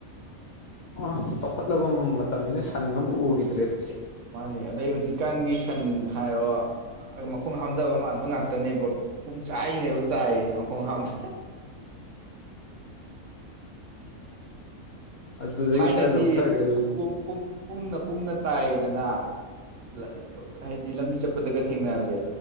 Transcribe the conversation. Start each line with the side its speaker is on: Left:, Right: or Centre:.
Left: ꯑ ꯆꯥꯎꯈꯠꯂꯕ ꯃꯇꯝꯅꯤꯅ ꯁꯟꯒ ꯑꯃꯕꯨꯛ ꯎꯒꯤꯗ꯭ꯔꯦꯗ
Right: ꯃꯥꯅꯦ ꯑꯗꯩ ꯍꯧꯖꯤꯛꯀꯥꯟꯒꯤ ꯁꯟ ꯍꯥꯏꯔꯣ ꯃꯈꯣꯡ ꯍꯥꯝꯊꯕ ꯃꯥꯟꯕ ꯉꯥꯛꯇꯅꯦꯕ ꯄꯨꯡ ꯆꯥꯏꯅꯦꯕ ꯆꯥꯏꯔꯤꯖꯦ ꯃꯈꯣꯡ ꯍꯥꯝꯕ
Left: ꯑꯗꯨꯗꯒꯤ
Right: ꯊꯥꯏꯅꯗꯤ
Left: ꯈꯔ ꯂꯧꯊꯒꯦ
Right: ꯄꯨꯝ ꯄꯨꯝ ꯄꯨꯝꯅ ꯄꯨꯝꯅ ꯇꯥꯏꯌꯦꯗꯅ ꯂꯥꯛ ꯄ ꯍꯥꯏꯗꯤ ꯂꯝꯕꯤ ꯆꯠꯄꯗꯒ ꯊꯦꯡꯅꯅꯕꯁꯦ